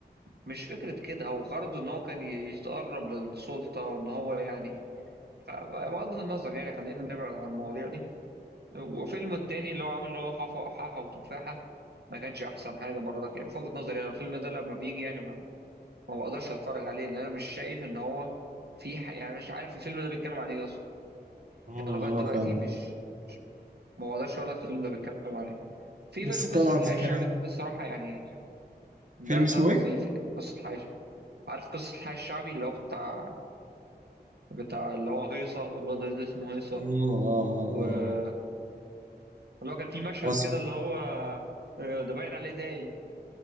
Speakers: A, on the right (about 70°); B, on the right (about 45°).
A: مش فكرة كده هو غرضه إن هو كان يتقرب للسلطة وإن هو يعني فبغض النظر يعني خلينا نبعد عن المواضيع دي وفيلم
B: مم.
A: التاني اللي هو عامل اللي هو حفا حاحة وتفاحة ما كانش أحسن حاجة برضك يعني في وجهة نظري أنا الفيلم ده لما بيجي يعني ما, ما بقدرش أتفرج عليه لأن أنا مش شايف إن هو في ح... يعني مش عارف الفيلم ده بيتكلم عن إيه أصلا
B: اه
A: يعني لغاية دلوقتي
B: اه فعلا
A: مش مش- ما بقدرش أقول لك الفيلم ده بيتكلم عن إيه في
B: بس
A: فيلم قصة
B: طبعا
A: الحي
B: زكريا
A: الشعبي ده الصراحة يعني ده
B: فيلم اسمه
A: ده لطيف
B: ايه؟
A: يعني قصة الحي عارف قصة الحي الشعبي اللي هو بتاع بتاع اللي هو هيصة الواد ده اسمه هيصة
B: مم، اه اه
A: و-
B: اه آه.
A: واللي هو كان في مشهد
B: وس...
A: كده اللي هو آه، ده باين عليه زي